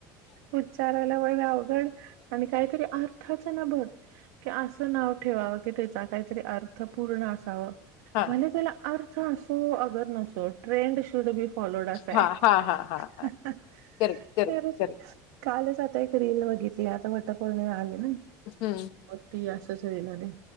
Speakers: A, on the right; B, on the left.
A: उच्चारायला पण अवघड आणि काहीतरी अर्थ भर अस नाव ठेवा क त्या काहीतरी अर्थ. पूर्ण असावं
B: हां,
A: भले त्याला अर्थ असो अगर नसो ट्रेंड शूड बी फॉलोड अस हम्म
B: हां, हां, हां, हां, हां.
A: हम्म.
B: करेक्ट, करेक्ट,
A: खरंच
B: करेक्ट.
A: कालच आता एक रीलील बघितली आता फत पूर्णी आले. नाही
B: हं.
A: मग त असंचरीला नाही.